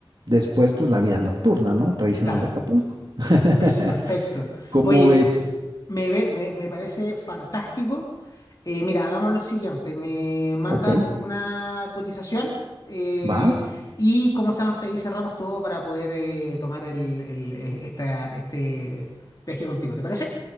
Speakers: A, on the right; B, on the left.
A: después, pues la vida nocturna, ¿no? Tradicional
B: Claro.
A: de Acapulco. <laughs>
B: pers- Perfecto.
A: ¿Cómo
B: Oye,
A: ves?
B: me, ve- me, me parece fantástico. Eh, mira, hagamos lo siguiente. Me mandas
A: Ok,
B: una cotización eh,
A: va.
B: y, como se llama? Hasta ahí cerramos todo para poder eh, tomar el, el- eh, esta, este viaje contigo. ¿Te parece?